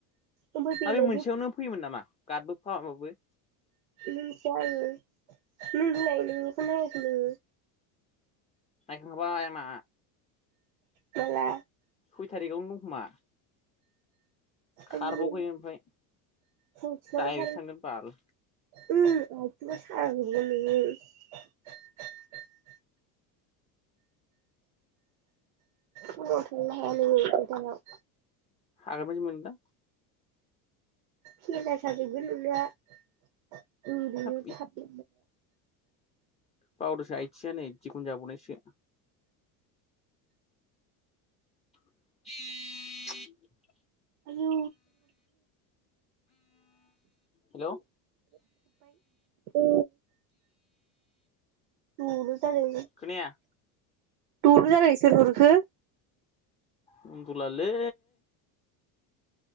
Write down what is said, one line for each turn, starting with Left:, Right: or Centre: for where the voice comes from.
Right: ओमफ्राय
Left: आरो
Right: बेलाय
Left: मोनसेयावनो
Right: बे
Left: फैयोमोन नामा <unintelligible>
Right: मोनथिया आङो नोंलाय नोंनिखौ नायाखै नोङो
Left: हाबाय आंना
Right: माला
Left: सय थारिखआवनो दंखोमा खारबावाखै
Right: आंनि
Left: ओमफाय
Right: फुंखियानो
Left: डाइरेक्टसो
Right: खारै
Left: थांगोन बाल
Right: <unintelligible> फुङाव थांनो हाया नों फोथाराव
Left: हागोन बादि मोनदां
Right: फेनदा साजोबगोन नोंनिया ओ दोहैयो
Left: हाब
Right: थाब <inaudible>
Left: बावदोसो आयथिङा नै दिगुन जाबावनायसो <inaudible>
Right: आयौ
Left: हेल'
Right: <inaudible> ओ <unintelligible> <unintelligible>
Left: खोनाया
Right: दुरबो जानाय सोर हरखो
Left: बुंन्दुलालै